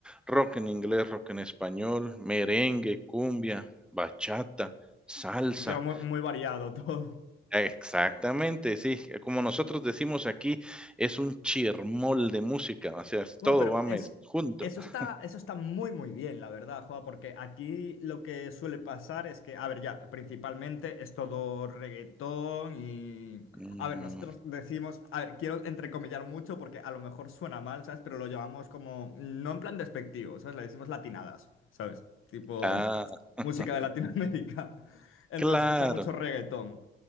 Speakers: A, in the centre; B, on the left (about 80°).
A: rock en inglés, rock en español, merengue, cumbia, bachata, salsa.
B: Claro, muy, muy variado <laughs> todo.
A: Exactamente, sí, eh, como nosotros decimos aquí, es un chirmol de música, o sea, es-
B: Bueno,
A: todo
B: pero
A: va mez-
B: es,
A: junto.
B: eso
A: <laughs>
B: está, eso está muy, muy bien, la verdad, Joa, porque aquí lo que suele pasar es que, a ver, ya, principalmente es todo reggaetón y...
A: Mm,
B: A ver, nosotros decimos, a ver, quiero entrecomillar mucho porque a lo mejor suena mal, ¿sabes? Pero lo llamamos como, no en plan despectivo, ¿sabes? Le decimos latinadas, ¿sabes? Tipo
A: ah,
B: música
A: <laughs>
B: de Latinoamérica. <laughs> En
A: claro.
B: plan, se escucha mucho reggaetón.